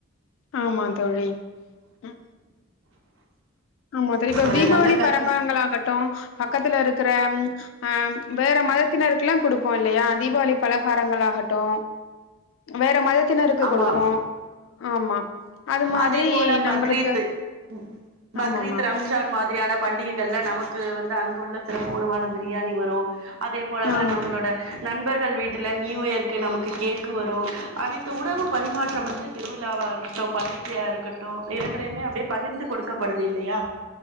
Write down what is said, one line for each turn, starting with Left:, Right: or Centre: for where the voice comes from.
Left: ஆமா தோழி ம், ஆமா தோழி இப்ப
Right: ஒரு
Left: தீபாவளி
Right: நல்ல கருத்து
Left: பரகாங்களாகட்டு பக்கத்துல இருக்குற அ வேற மதத்தினருக்குலா குடுப்போ இல்லயா. தீபாவளி பலகாரங்கள் ஆகட்டு வேற மதத்தினருக்கு
Right: ஆமா
Left: கொடுப்போ. ஆமா. அது மாதிரி
Right: அதே போல
Left: நம்பளுக்கு
Right: பக்ரீத்து. ம். பக்ரீத்
Left: ஆமாமா
Right: ரம்ஜான் மாதிரியான பண்டிகைகள்ல நமக்கு வந்து அங்குள்ள சிறப்பு உணவான ப்ரியாணி வரு. அதே போலவா
Left: ஆமாமா
Right: நம்மளோட நண்பர்கள் வீட்டுல நியூ இயர்க்கு நமக்கு கேக்கு வரு. அனைத்து உணவு பரிமாற்றம் வந்து திருவிழாவா இருக்கட்டு பண்டிகையா இருக்கட்டு இரண்டுலையுமே அப்டியே பகிர்ந்து கொடுக்கபடுது இல்லையா.